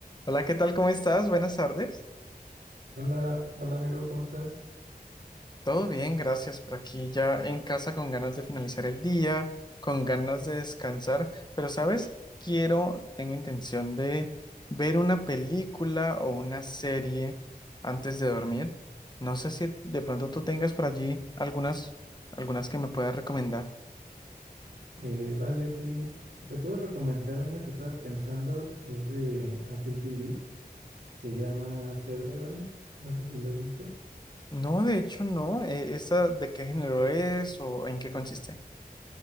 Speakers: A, on the left (about 25°); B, on the right (about 70°).
A: Hola, ¿qué tal? ¿Cómo estás? Buenas tardes.
B: Hola, hola amigo, ¿cómo estás?
A: Todo bien, gracias por aquí, ya en casa con ganas de finalizar el día, con ganas de descansar, pero sabes, quiero, tengo intención de ver una película o una serie antes de dormir. No sé si de pronto tú tengas por allí algunas, algunas que me puedas recomendar.
B: Eh, vale, sí, te puedo recomendar una que estaba pensando, es de Apple TV, se llama Severance, no sé si la has visto.
A: No, de hecho no. Eh, ¿Esta de qué género es o en qué consiste?